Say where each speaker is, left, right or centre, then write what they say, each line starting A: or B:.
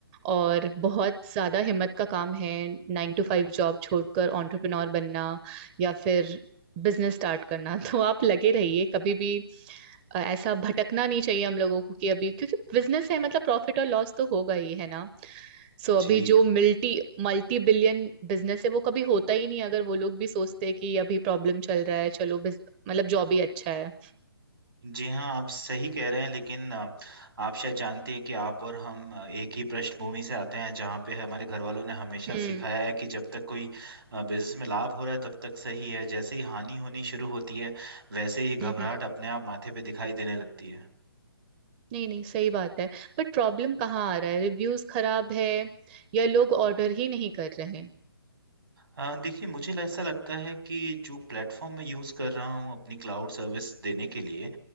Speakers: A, on the right; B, on the right.
A: और बहुत ज्यादा हिम्मत का काम है नाइन टू फाइव जॉब छोड़कर एंटरप्रेन्योर बनना या फिर बिजनेस स्टार्ट करना <laughs> तो आप लगे रहिए कभी भी अ, ऐसा भटकना नहीं चाहिए हम लोगों को कि अभी क्योंकि बिजनेस है मतलब प्रॉफिट और लॉस तो होगा ही है ना सो
B: जी
A: अभी जो मल्टी मल्टी बिलियन बिजनेस है वो कभी होता ही नहीं अगर वो लोग भी सोचते हैं कि अभी प्रॉब्लम चल रहा है चलो बिज- मतलब जॉब ही अच्छा है
B: जी हाँ आप सही कह रहे हैं लेकिन अ, आप शायद जानते हैं कि आप और हम अ, एक ही पृष्ठभूमि से आते हैं जहाँ पे हमारे घर वालों ने हमेशा
A: हम्म
B: सिखाया है कि जब तक कोई बिजनेस में लाभ हो रहा है तब तक सही है जैसे ही हानि होनी शुरू होती है वैसे ही घबराहट
A: हम्म हम्म,
B: अपने आप माथे पे दिखाई देने लगती है
A: नहीं नहीं सही बात है बट प्रॉब्लम कहाँ आ रहा है रिव्यूज खराब है या लोग ऑर्डर ही नहीं कर रहे हैं
B: अ, देखिए मुझे ल- ऐसा लगता है कि जो प्लेटफॉर्म मैं यूज़ कर रहा हूँ अपनी क्लाउड सर्विस देने के लिए